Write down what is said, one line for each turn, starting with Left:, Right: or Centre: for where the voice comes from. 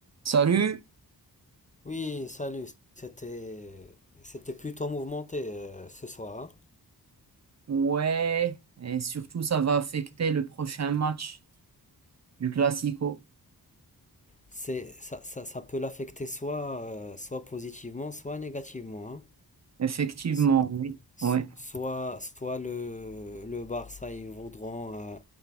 Right: Salut,
Left: Oui, salut. C'était c'était plutôt mouvementé euh, ce soir. hein.
Right: ouais, et surtout ça va affecter le prochain match du Classico.
Left: C'est ça, ça, ça peut l'affecter soit euh, soit positivement, soit négativement. hein.
Right: Effectivement,
Left: S-
Right: oui,
Left: s-
Right: ouais.
Left: Soit soit le le Barça ils voudront euh,